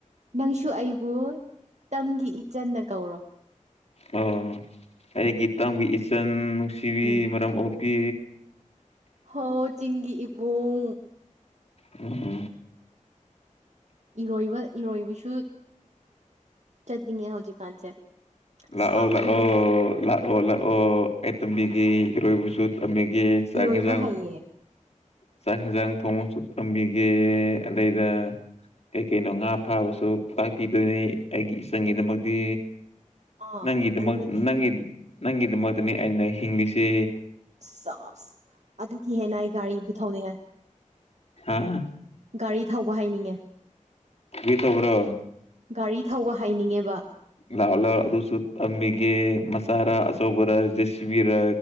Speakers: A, on the right; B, on the left.
A: ꯅꯪꯁꯨ ꯑꯩꯕꯨ ꯇꯝꯒꯤ ꯏꯆꯟꯅ ꯀꯧꯔꯣ
B: ꯑꯣ ꯑꯩꯒꯤ ꯇꯝꯒꯤ ꯏꯆꯟ ꯅꯨꯡꯁꯤꯕꯤ
A: ꯎꯝ
B: ꯃꯔꯝ ꯑꯣꯛꯄꯤ
A: ꯍꯣ ꯆꯤꯡꯒꯤ ꯏꯕꯨꯡ
B: ꯎꯝ
A: ꯏꯔꯣꯏꯕ ꯏꯔꯣꯏꯕꯁꯨ ꯆꯠꯅꯤꯡꯉꯦ ꯍꯧꯖꯤꯛꯀꯥꯟꯁꯦ
B: ꯂꯥꯛꯑꯣ
A: ꯁꯥꯃꯟꯕꯒꯤ
B: ꯂꯥꯛꯑꯣ ꯂꯥꯛꯑꯣ ꯂꯥꯛꯑꯣ ꯑꯩ ꯇꯝꯕꯤꯒꯦ ꯏꯔꯣꯏꯕꯁꯨ ꯇꯝꯕꯤꯒꯦ ꯆꯥꯛ
A: ꯏꯔꯣꯏꯕ
B: ꯌꯦꯟꯁꯥꯡ
A: ꯍꯩꯌꯦ
B: ꯆꯥꯛ ꯌꯦꯟꯁꯥꯡ ꯊꯣꯡꯉꯁꯨ ꯇꯝꯕꯤꯒꯦ ꯑꯗꯩꯗ ꯀꯩ ꯀꯩꯅꯣ ꯉꯥ ꯐꯥꯕꯁꯨ ꯇꯥꯛꯄꯤꯗꯣꯏꯅꯤ ꯑꯩꯒꯤ ꯏꯆꯟꯒꯤꯗꯃꯛꯇꯤ
A: ꯑꯥ
B: ꯅꯪꯒꯤꯗꯃꯛ
A: ꯑꯗꯨꯒꯗꯤ
B: ꯅꯪꯒꯤ ꯅꯪꯒꯤꯗꯃꯛꯇꯅꯤ ꯑꯩꯅ ꯍꯤꯡꯂꯤꯁꯦ
A: ꯑꯁ ꯑꯗꯨꯒꯤ ꯍꯦꯟꯅ ꯑꯩ ꯒꯥꯔꯤ ꯄꯨ ꯊꯧꯅꯤꯡꯑꯦ
B: ꯍꯥꯥ
A: ꯒꯥꯔꯤ ꯊꯧꯕ ꯍꯩꯅꯤꯡꯉꯦ
B: <unintelligible> ꯇꯧꯕ꯭ꯔꯣ
A: ꯒꯥꯔꯤ ꯊꯧꯕ ꯍꯩꯅꯤꯡꯉꯦꯕ
B: ꯂꯥꯎ ꯂꯥꯎ ꯑꯗꯨꯁꯨ ꯇꯝꯕꯤꯒꯦ ꯃꯆꯥꯔꯥ ꯑꯆꯧꯕꯔꯥ ꯖꯦꯁꯤꯕꯤꯔ